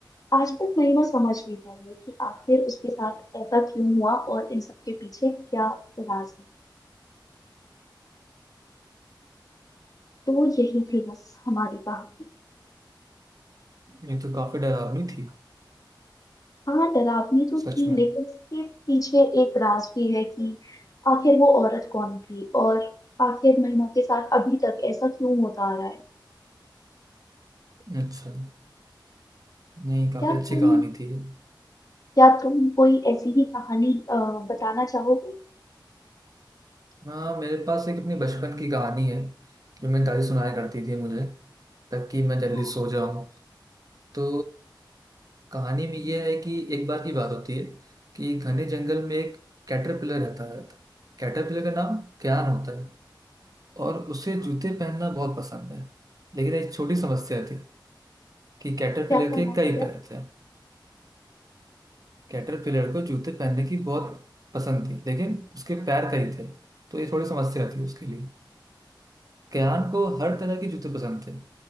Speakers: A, on the left; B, on the right.
A: आज तक नहीं मैं समझ नहीं पाई है कि आखिर उसके साथ ऐसा क्यों हुआ और इन सबके पीछे क्या राज है तो वो यही थी बस हमारी कहानी
B: ये तो काफी डरावनी थी
A: हाँ डरावनी तो
B: सच
A: थी
B: में
A: लेकिन उसके पीछे एक राज भी है कि आखिर वो औरत कौन थी और आखिर महिमा के साथ अभी तक ऐसा क्यों होता आ रहा है
B: अच्छा नहीं काफी
A: क्या
B: अच्छी
A: तुम
B: कहानी थी ये।
A: क्या तुम कोई ऐसी ही कहानी अ, बताना चाहोगे
B: हाँ मेरे पास एक अपनी बचपन की कहानी है जो मेरी दादी सुनाया करती थी मुझे ताकि मैं जल्दी
A: हाँ
B: सो जाऊं तो कहानी में यह है कि एक बार की बात होती है कि घने जंगल में एक कैटरपिलर रहता रहता है कैटरपिलर का नाम क्यान होता है और उसे जूते पहनना बहुत पसंद है लेकिन एक छोटी समस्या थी कि कैटरपिलर
A: क्या समझ
B: के कई
A: क्या
B: पैर थे कैटरपिलर को जूते पहनने की बहुत पसंद थी लेकिन उसके पैर कई थे तो ये थोड़ी समस्या थी उसके लिए कैन को हर तरह के जूते पसंद थे